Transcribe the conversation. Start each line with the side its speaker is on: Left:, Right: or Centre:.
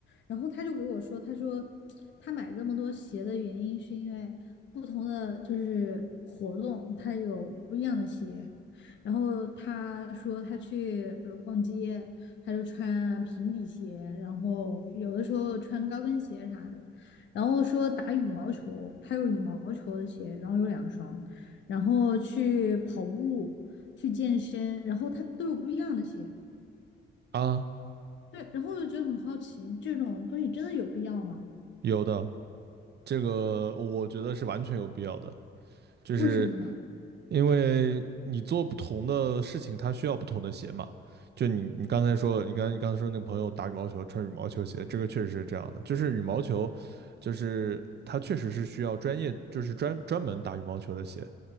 Left: 然后他就给我说，他说他买这么多鞋的原因是因为不同的就是活动，他有不一样的鞋。然后他说他去，比如逛街，他就穿平底鞋，然后有的时候穿高跟鞋啥的。然后说打羽毛球，他有羽毛球的鞋，然后有两双。然后去跑步、去健身，然后他都有不一样的鞋。
Right: 啊，
Left: 对，然后我就觉得很好奇，这种东西真的有必要吗？
Right: 有的，这个我觉得是完全有必要的。就是
Left: 为什么呢？
Right: 因为你做不同的事情，它需要不同的鞋嘛。就你你刚才说，你刚你刚才说那个朋友打羽毛球穿羽毛球鞋，这个确实是这样的。就是羽毛球，就是它确实是需要专业，就是专专门打羽毛球的鞋。